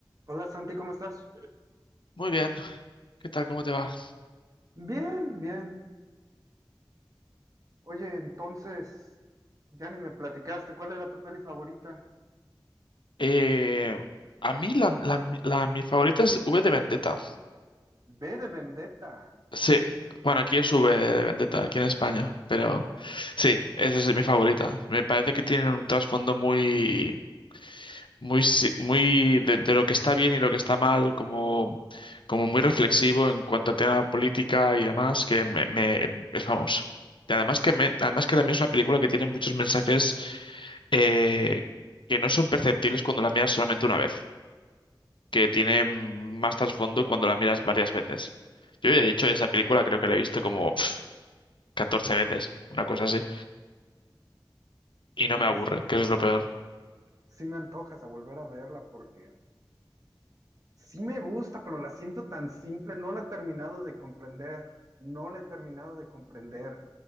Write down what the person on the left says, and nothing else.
Muy bien. ¿Qué tal? ¿Cómo te va?
Eh, a mí la, la- la- mi favorita es V de Vendetta.
Sí. Bueno, aquí es V de Vendetta, aquí en España. Pero sí, esa es mi favorita. Me parece que tienen un trasfondo muy, muy, si- muy de, de lo que está bien y lo que está mal, como, como muy reflexivo en cuanto a tema política y demás, que me, me- em, es famoso. Y además que me- además que también es una película que tiene muchos mensajes eh, que no son perceptibles cuando la miras solamente una vez. que tiene más trasfondo cuando la miras varias veces.
Yo ya
he dicho, esa película creo que la he visto como pf, 14 veces, una cosa así, y
no me
aburre, que eso es lo peor.